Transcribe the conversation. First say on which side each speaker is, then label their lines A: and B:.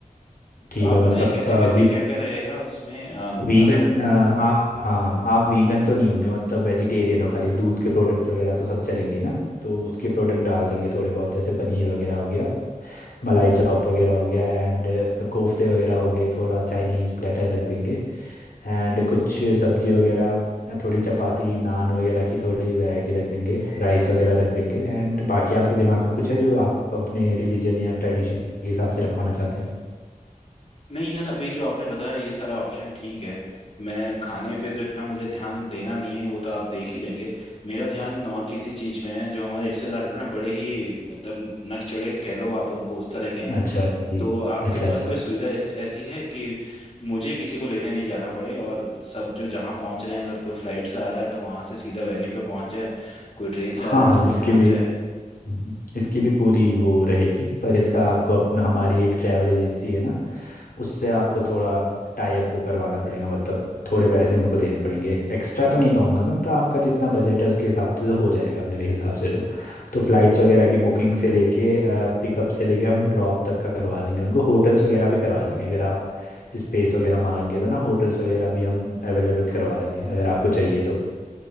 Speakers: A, on the left; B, on the left.
A: ठीक
B: तो आप
A: है
B: बताएं
A: मतलब
B: कैसे
A: अ,
B: कैसे
A: वी,
B: क्या क्या रहेगा उसमें अ,
A: वीगन
B: अगर
A: अ, आप हाँ आप वीगन तो नहीं होंगे मतलब वेजिटेरियन हो खाली दूध के प्रोडक्ट्स वगैरह तो सब चलेंगे ना तो उसके प्रोडक्ट डाल देंगे थोड़े बहुत जैसे पनीर वगैरह हो गया मलाई चाप वगैरह हो गया एंड कोफ्ते वगैरह हो गए थोड़ा चाइनीज़ प्लेटर रख देंगे एंड कुछ सब्जी वगैरह थोड़ी चपाती नान वगैरह की थोड़ी वैरायटी रख देंगे राइस वगैरह रख देंगे एंड बाकी आपके दिमाग में कुछ है जो आप अपने रिलीजन या ट्रेडिशन के हिसाब से रखवाना चाहते हैं
B: नहीं यार अभी जो आपने बताया ये सारा ऑप्शन ठीक है मैं खाने पे तो इतना मुझे ध्यान देना नहीं है वो तो आप देख ही लेंगे मेरा ध्यान और किसी चीज में है जो हमारे रिश्तेदार हैं ना बड़े ही मतलब नकचढ़े कह लो आप उनको उस तरह के हैं
A: अच्छा जी
B: तो आपके
A: अच्छा
B: पास
A: अच्छा
B: कोई सुविधा ऐस, ऐसी है कि मुझे किसी को लेने नहीं जाना पड़े और सब जो जहाँ पहुंच रहे हैं अगर कोई फ्लाइट से आ रहा है तो वहां से सीधा वेन्यू पे पहुंच जाए कोई ट्रेन से
A: हाँ
B: आ रहा है
A: हाँ
B: तो भी
A: इसकी
B: पहुंच
A: भी
B: जाए
A: हम्म, इसकी भी पूरी वो रहेगी पर इसका आपको अपना हमारी एक ट्रैवल एजेंसी है ना उससे आपको थोड़ा टाई अप वो करवाना पड़ेगा मतलब थोड़े पैसे उनको देने पड़ेंगे एक्स्ट्रा तो नहीं कहूँगा मैं मतलब आपका जितना बजट है उसके हिसाब से तो हो जाएगा मेरे हिसाब से तो तो फ्लाइट्स वगैरह की बुकिंग से लेके पिकअप से लेके हम ड्रॉप तक का करवा देंगे उनको होटल्स वगैरह भी करवा देंगे अगर आप स्पेस वगैरह मांगेंगे तो ना होटल्स वगैरह भी हम अवेलेबल करवा देंगे अगर आपको चाहिए तो